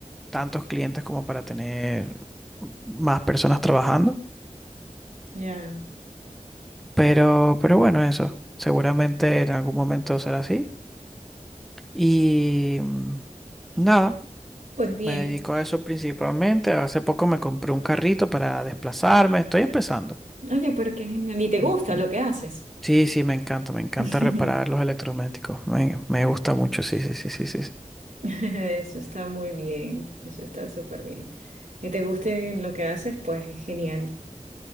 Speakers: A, in the centre; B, on the right.
A: tantos clientes como para tener más personas trabajando.
B: Ya.
A: Pero, pero bueno, eso. Seguramente en algún momento será así. Y mm, nada,
B: Pues bien.
A: me dedico a eso principalmente. Hace poco me compré un carrito para desplazarme. Estoy empezando.
B: Oye, pero qué genial. ¿Y te gusta
A: Ujú.
B: lo que haces?
A: Sí, sí, me encanta, me encanta
B: <laughs>
A: reparar los electrodomésticos. Me, me gusta mucho, sí, sí, sí, sí, sí.
B: Eso está muy bien. Eso está súper bien. Que te guste lo que haces, pues es genial.